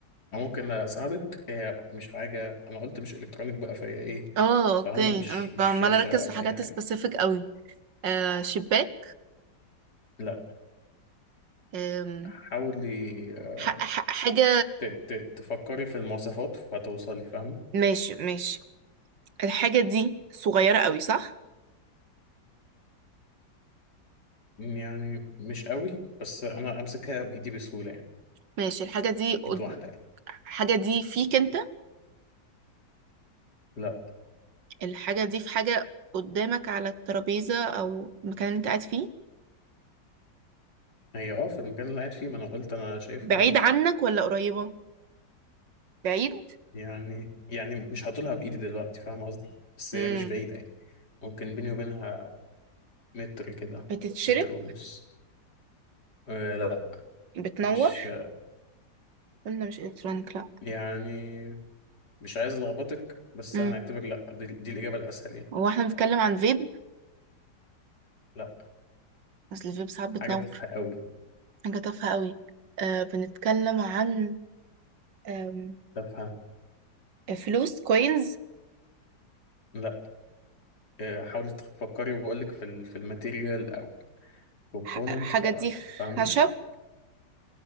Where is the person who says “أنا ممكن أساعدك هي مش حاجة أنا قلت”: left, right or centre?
Left